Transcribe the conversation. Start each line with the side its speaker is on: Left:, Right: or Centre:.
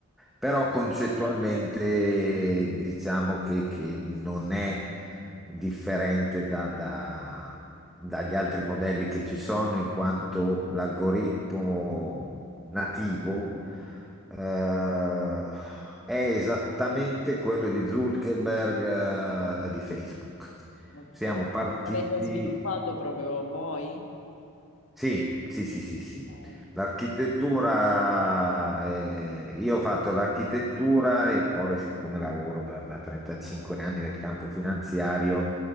Centre: però concettualmente diciamo che, che non è differente da- da- dagli altri modelli che ci sono, in quanto l'algoritmo nativo eh, è esattamente quello di Zuckerberg eh, di Facebook.
Left: ok.
Centre: Siamo partiti
Left: L'avete sviluppato proprio voi?
Centre: sì, sì, sì, sì, sì.
Left: Ok.
Centre: L'architettura, eh, io ho fatto l'architettura e poi siccome lavoro da, da 35 anni nel campo finanziario,